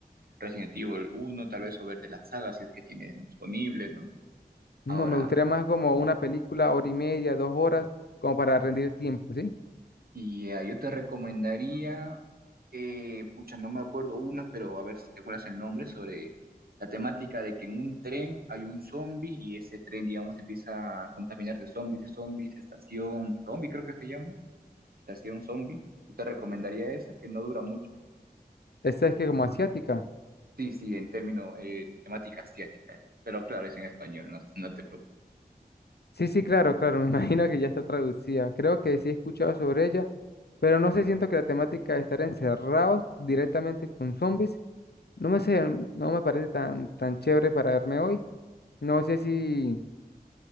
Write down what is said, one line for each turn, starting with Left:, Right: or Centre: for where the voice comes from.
Right: Resident Evil uno tal vez, o ver de las sagas si es que tienes disponible, ¿no?
Left: No,
Right: Ahora,
Left: me gustaría más como una película, hora y media, dos horas, como para rendir el tiempo, ¿sí?
Right: Y eh, yo te recomendaría, eh, pucha, no me acuerdo una, pero a ver si te acuerdas el nombre, sobre la temática de que en un tren hay un zombie y ese tren, digamos, empieza a contaminar de zombies, de zombies, estación zombie, creo que se llama, estación zombie. Yo te recomendaría esa, que no dura mucho.
Left: Esta es que como asiática.
Right: Sí, sí, en términos, eh, en temática asiática, es. pero claro, es en español, no, no te preocupes.
Left: Sí, sí, claro, claro, <laughs> me imagino que ya está traducida. Creo que sí he escuchado sobre ella, pero no sé, siento que la temática de estar encerrados directamente con zombies, no me sé, no me parece tan, tan chévere para verme hoy. No sé si,